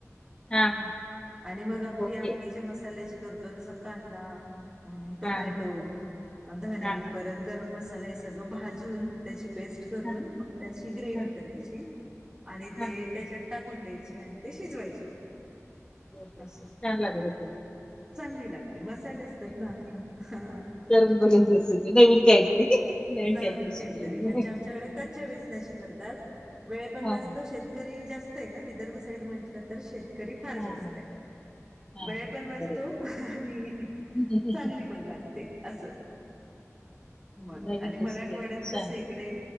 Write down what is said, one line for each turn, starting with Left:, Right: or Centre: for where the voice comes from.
Left: हा हा
Right: आणि मग आपली
Left: ओके
Right: आमटी ज मसाल्याची करतो जस कांदा टोमॅटो
Left: हा
Right: धने
Left: हा हा
Right: परत
Left: हा
Right: गरम मसाला हे सगळं भाजून त्याची पेस्ट करून
Left: हा हा
Right: मग त्याची ग्रेव
Left: हा
Right: करायची आणि
Left: हा
Right: ते
Left: हा.
Right: त्याच्यात टाकून द्यायची आणि ते शिजवायचे मग
Left: हो हो
Right: असं
Left: हो छान लाग त
Right: चांगली लागते मसाले असतात ना ह ह
Left: करून बघेन रेसिपी नवीन काहीतरी
Right: नवीन
Left: शिकलेली
Right: काहीतरी म्हणजे आमच्याकडे कच्च्या वेचण्याची वण
Left: हा हा
Right: शेतरीस्तर् म्हट तर शेतकरी फार
Left: हा
Right: जास्त
Left: हा हा
Right: वेळ पण वाचतो
Left: बरोबर
Right: आणि
Left: हम्म.
Right: चांगली पण लागते असं मला
Left: नवीन
Right: आणि
Left: रेसिपी
Right: मराठवाड्यात
Left: आहे छान
Right: कस इकडे